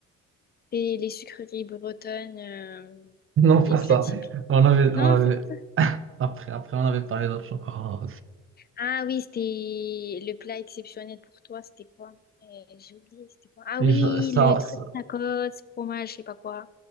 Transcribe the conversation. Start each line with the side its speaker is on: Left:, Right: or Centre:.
Left: Et les sucreries bretonnes, euh,
Right: Non, pas
Left: les
Right: ça.
Left: plats typiques.
Right: On avait,
Left: Non,
Right: on avait,
Left: c'est pas ça.
Right: après, après, on avait parlé d'autre chose. Oh,
Left: Ah oui, c'était le plat exceptionnel pour toi, c'était quoi? Euh, j'ai oublié, c'était quoi? Ah
Right: et
Left: oui,
Right: je- ça,
Left: le truc
Right: ça-
Left: tacos, fromage, je sais pas quoi.